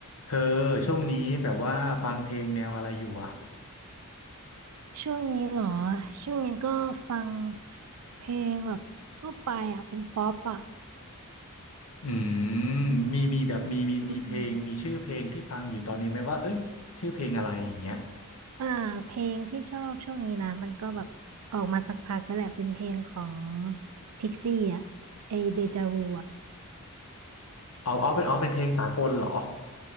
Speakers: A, on the left; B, on the right.
A: เธอช่วงนี้แบบว่าฟังเพลงแนวอะไรอยู่อ่ะ
B: ช่วงนี้เหรอช่วงนี้ก็ฟังเพลงแบบทั่วไปอ่ะเป็นป๊อปอ่ะ
A: อืมมีมีแบบมีมีมีเพลงมีชื่อเพลงที่ฟังอยู่ตอนนี้ไหมว่าเอ้ยชื่อเพลงอะไรอย่างเงี้ย
B: อืมอ่าเพลงที่ชอบช่วงนี้นะมันก็แบบออกมาสักพักก็แหละเป็นเพลงของพิกซี่อ่ะไอเดจาวูอ่ะ
A: เอาเอาเป็นเอาเป็นเพลงสากลเหรอ